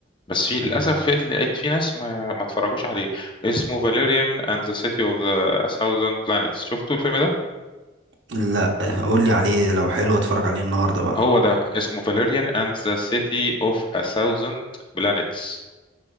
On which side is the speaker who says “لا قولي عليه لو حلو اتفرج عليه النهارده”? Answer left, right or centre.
Right